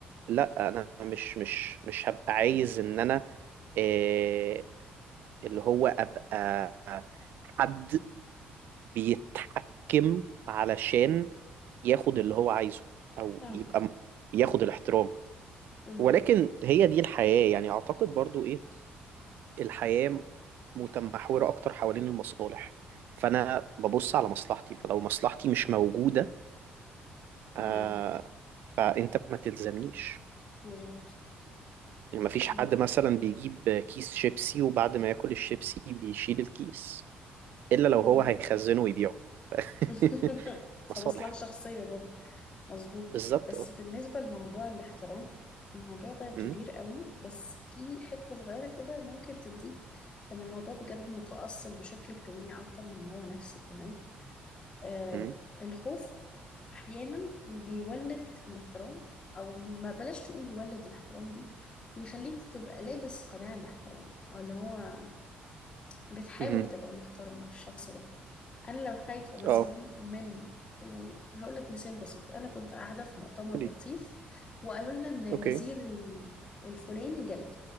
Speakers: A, on the right (about 60°); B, on the left (about 25°).
A: لا انا مش مش مش هبقى عايز ان انا آه، اللي هو ابقى حد بيتحكم علشان ياخد اللي هو عايزه او
B: اه
A: يبقى م- ياخد الاحترام
B: مهم.
A: ولكن هي دي الحياة يعني اعتقد برضو إيه؟ الحياة متمحورة أكتر حوالين المصالح فأنا ببص على مصلحتي فلو مصلحتي مش موجودة آه
B: مهم.
A: فأنت ما تلزمنيش
B: مظبوط
A: يعني مفيش
B: مم.
A: حد مثلا بيجيب كيس شيبسي وبعد ما ياكل الشيبسي بيشيل الكيس إلا لو
B: مم.
A: هو هيخزنه ويبيعه
B: <laughs>
A: <laughs>
B: فمصلحة
A: مصالح
B: شخصية برضه مظبوط
A: بالظبط
B: بس
A: اه
B: بالنسبة لموضوع الاحترام الموضوع ده كبير
A: أمم،
B: قوي بس في حتة صغيرة كده ممكن تضيف ان الموضوع بجد متأصل بشكل اجتماعي اكتر من إن هو نفسي كمان آم،
A: أمم،
B: الخوف احيانا بيولد الاحترام او ما بلاش تقول يولد الاحترام دي بيخليك تبقى لابس قناع الاحترام او اللي هو بتحاول
A: أمم.
B: تبقى محترم من الشخص ده انا لو خايفه مثلا
A: اه
B: من يعني هقول لك مثال بسيط انا كنت قاعده في مؤتمر
A: قولي
B: لطيف وقالوا لنا ان
A: اوكي
B: وزير ال- الفلاني جاي